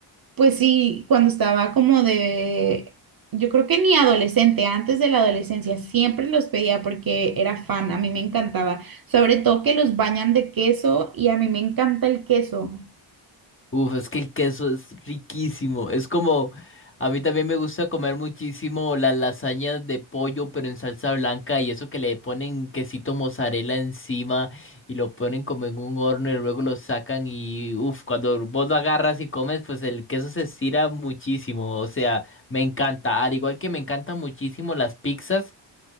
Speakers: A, on the right (about 45°); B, on the left (about 25°).
A: Pues sí, cuando estaba como de, yo creo que ni adolescente, antes de la adolescencia, siempre los pedía porque era fan, a mí me encantaba, sobre todo que los bañan de queso y a mí me encanta el queso.
B: Uf, es que el queso es riquísimo. Es como, a mí también me gusta comer muchísimo las lasañas de pollo, pero en salsa blanca y eso que le ponen quesito mozzarella encima y lo ponen como en un horno y luego lo sacan y, uf, cuando vos lo agarras y comes, pues el queso se estira muchísimo. O sea, me encanta. Al igual que me encantan muchísimo las pizzas,